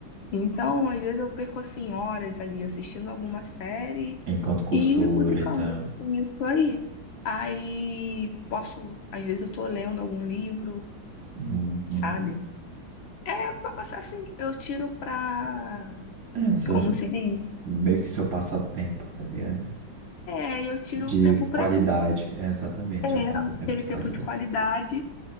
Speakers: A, on the left; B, on the right.
A: Então, às vezes eu perco assim horas ali assistindo alguma série
B: É, enquanto costura
A: E fui ficando
B: e tal.
A: nisso aí. Aí posso, às vezes eu tô lendo algum livro,
B: Uhum.
A: sabe? É pra passar assim, eu tiro pra,
B: É, o seu,
A: como se diz?
B: meio que seu passatempo, tá ligado?
A: É, eu tiro
B: De
A: um tempo pra
B: qualidade,
A: mim.
B: é, exatamente,
A: É,
B: é um passatempo
A: aquele
B: de
A: tempo
B: qualidade.
A: de qualidade.